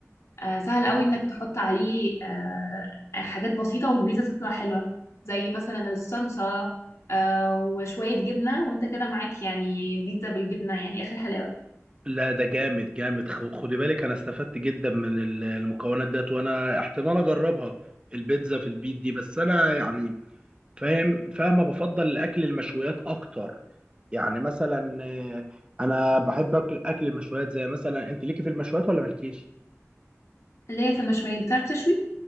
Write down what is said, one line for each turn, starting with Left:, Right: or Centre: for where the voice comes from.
Left: آه، سهل قوي انك تحط عليه آه، حاجات بسيطة والبيتزا تطلع حلوة زي مثلا الصلصة آه، وشوية جبنة وانت كده معاك يعني بيتزا بالجبنة يعني آخر حلاوة
Right: لا ده جامد جامد خ- خدي بالك انا استفدت جدا من ال- المكونات ديت وانا احتمال اجربها البيتزا في البيت دي بس انا يعني فاهم فاهمه بفضل الاكل المشويات اكتر يعني مثلا آه، انا بحب اكل اكل المشويات زي مثلا انت ليكي في المشويات ولا مالكيش
Left: اللي هي في المشويات بتعرف تشوي؟